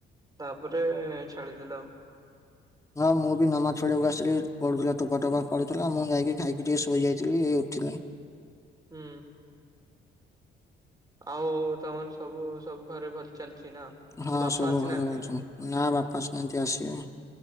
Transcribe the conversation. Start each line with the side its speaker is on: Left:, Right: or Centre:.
Right: ତାପରେ ଛାଡିଦେଲା ଆଉ।
Left: ହଁ ମୁଁ ବି ନମାଜ୍ ପଢିବାକୁ ଆସିଲି। ପଢୁଥିଲା ଟୋପା ଟୋପା ପଡୁଥିଲା ମୁଁ ଯାଇକି। ଖାଇକି ଟିକେ ଶୋଇ ଯାଇଥିଲି ଏଇ ଉଠିନି।
Right: ହୁଁ। ଆଉ ତମର ସବୁ ସବୁ ଘରେ ଭଲ ଚାଲଛି ନା?
Left: ହଁ
Right: ବାପା
Left: ସବୁ
Right: ଆସିନାହାନ୍ତି?
Left: ଘରେ ଭଲ୍ <unintelligible> ନା ବାପା ଆସନାହାନ୍ତି ଆସିବେ।